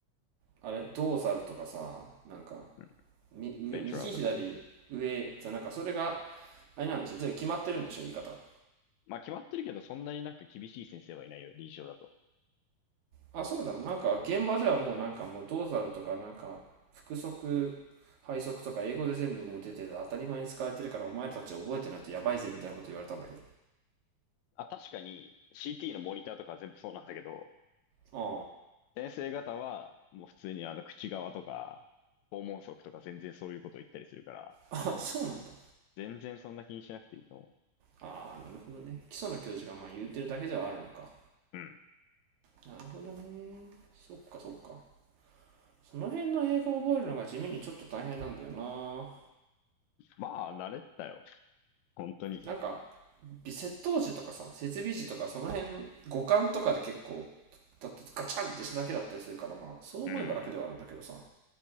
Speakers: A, on the right; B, on the left.
A: あれ、ドーサルとかさ、なんか、
B: うん。
A: み上右左上さ、
B: ベンチュラーとかね。
A: なんかそれが、あれなんでしょ、全部決まってるんでしょ、言い方。
B: まあ決まってるけど、そんなになんか厳しい先生はいないよ、臨床だと。
A: あ、そうだろ、なんか現場ではもうなんかもうドーサルとかなんか、複足、配足とか英語で全部もう出てて当たり前に使われてるからお前たち覚えてないとやばいぜみたいなこと言われたんだけ
B: あ、確かに CT のモニターとかは全部そうなんだけど、
A: ど。
B: 先生方はもう普通にあの口側とか、訪問則とか全然そういうことを言ったりするから、
A: ああ、<laughs> あ、そうなんだ。
B: 全然そんな気にしなくていいと思
A: ああ、なるほどね。基礎の教授がまあ言ってるだけではあるのか。
B: う。うん。
A: なるほどね。そっかそっか。その辺の英語を覚えるのが地味にちょっと大変なんだよな。
B: まあ、慣れてたよ。本当に。
A: なんか、微窃盗時とかさ、設備時とか、その辺、五感とかで結構、だってガチャンってしただけだったりするから、まあ、そう思えば楽ではあるんだけどさ、
B: うん。